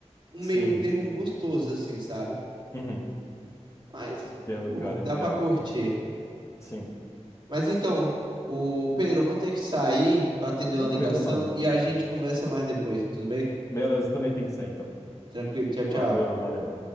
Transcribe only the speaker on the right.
um
meio termo gostoso, assim, sabe?
Mas,
bom,
dá
pra curtir.
Mas então, o Pedro, eu vou ter que sair para atender uma
ligação
e a gente conversa mais depois, tudo bem?
Tranquilo, tchau, tchau.